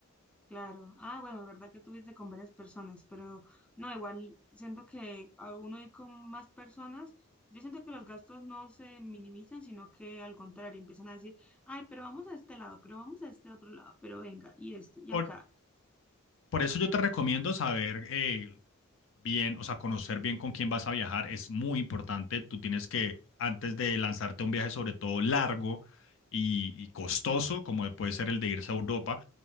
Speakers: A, in the centre; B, on the left.
A: Claro. Ah, bueno, es verdad que tuviste con varias personas, pero no, igual siento que a uno ir con más personas, yo siento que los gastos no se minimizan, sino que al contrario, empiezan a decir, ay, pero vamos a este lado, pero vamos a este otro lado, pero venga, y esto, y
B: Por,
A: acá.
B: por eso yo te recomiendo saber eh, bien, o sea, conocer bien con quién vas a viajar es muy importante. Tú tienes que, antes de lanzarte a un viaje, sobre todo largo y, y costoso, como puede ser el de irse a Europa,